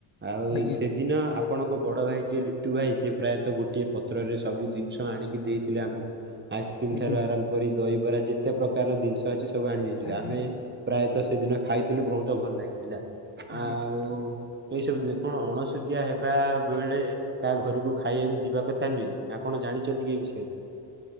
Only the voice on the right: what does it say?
ଆଉ
ସେ। ଦିନ ଆପଣଙ୍କ ବଡ଼ ଭାଇ ଯିଏ ଲିଟୁ ଭାଇ ସେ ପ୍ରାୟତଃ ଗୋଟିଏ ପତ୍ରରେ ସବୁ ଜିନିଷ ଆଣିକି ଦେଇ ଥିଲେ। ଦେଇଥିଲେ ଆମକୁ। ଆଇସ୍କ୍ରିମି
ଠାରୁ ଆରମ୍ଭ କରି ଦହିବରା ଯେତେ ପ୍ରକାର ଜିନିଷ ଅଛି ସବୁ ଆଣି ଦେଇଥିଲେ।
ଆମେ ପ୍ରାୟତଃ ସେଦିନ ଖାଇଥିଲି ବହୁତ ଭଲ ଲାଗିଥିଲା।
ଆଉ
ଏଇ ସବୁ ଦିନ କଣ ଅଣସୁଧିଆ ହେବା ବେଳେ କାହା ଘରକୁ ଖାଇବାକୁ ଯିବା କଥା ନୁହେଁ ଆପଣ ଜାଣିଛନ୍ତି କିଏ ଏ ବିଷୟରେ?